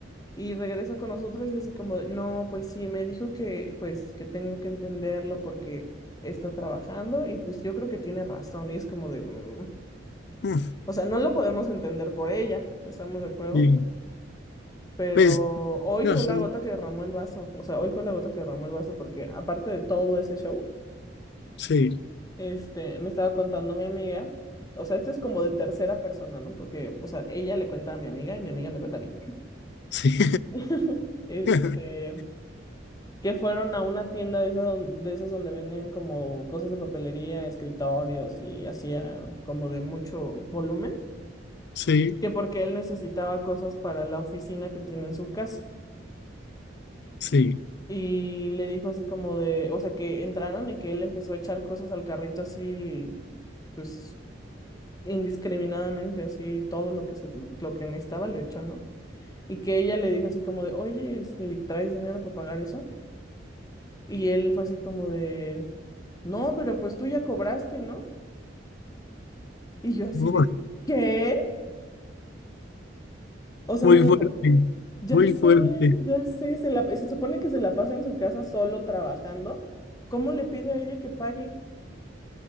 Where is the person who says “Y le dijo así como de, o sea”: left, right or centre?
Left